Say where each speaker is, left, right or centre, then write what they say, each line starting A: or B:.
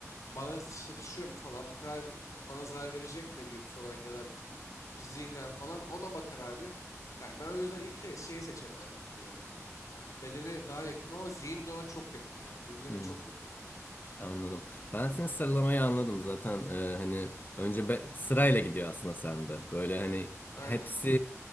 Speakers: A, on the left; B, on the left.
A: bana satışıyor mu falan bu kadar bana zarar verecek mi duygusal olarak ya da zihnen falan ona bakar abi. Yani ben o yüzden ilk şeyi seçerim her türlü ya. Bedeni daha yakın ama zihin de ona çok yakın yani. Birbirlerine
B: Hı hı.
A: çok yakınlar.
B: Anladım. Ben senin sıralamayı anladım zaten. Ee, hani önce be- sırayla gidiyor aslında sende. Böyle hani
A: Aynen.
B: hepsi